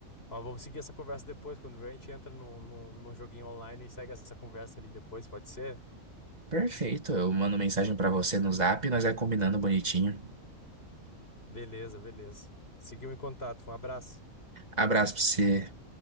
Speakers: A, on the left (about 45°); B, on the right (about 30°).
A: Mas vamos seguir essa conversa depois, quando vier, a gente entra num, num, num joguinho online e segue essa conversa ali depois, pode ser?
B: Perfeito. Eu mando mensagem pra você no Zap, e nós vai combinando bonitinho.
A: Beleza, beleza. Seguiu em contato. Um abraço.
B: Abraço pra você.